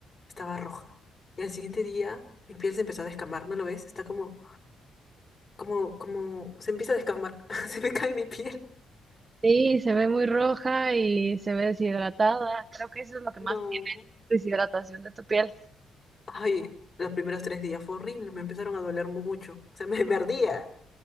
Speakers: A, on the left; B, on the right.
A: estaba roja. Y al siguiente día, mi piel se empezó a descamar. ¿No lo ves? Está como, como, como, se empieza a descamar. <laughs> Se me cae mi piel.
B: Sí, se ve muy roja y se ve deshidratada. Creo que eso es lo que más
A: No.
B: tiene, deshidratación de tu piel.
A: Ay, los primeros tres días fue horrible, me empezaron a doler mucho, o sea, me, me ardía.